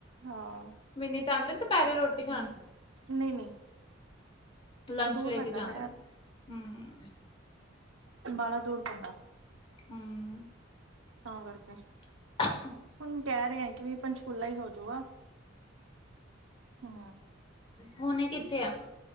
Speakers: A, on the right; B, on the left.
A: ਹਾਂ।
B: ਮਿੰਨੀ ਤਾਂ ਆਉਂਦੇ ਦੁਪਹਿਰੇ ਰੋਟੀ ਖਾਣ।
A: ਨਹੀਂ ਨਹੀਂ
B: ਲੰਚ
A: ਦੂਰ
B: ਲੈ
A: ਪੈਂਦਾ
B: ਕੇ ਜਾਂਦਾ
A: ਨਾ ਯਾਰ
B: ਹੁ।
A: ਅੰਬਾਲਾ ਦੂਰ ਪੈਦਾ
B: ਹਮ
A: ਤਾਂ ਕਰਕੇ।
B: <unintelligible>
A: ਹੁਣ ਕਹਿ ਰਹੇ ਆ ਕਿ ਵੀ ਪੰਚਕੂਲਾ ਹੀ ਹੋਜੂਗਾ ਹੁ।
B: ਹੁਣ ਇਹ ਕਿੱਥੇ ਆ।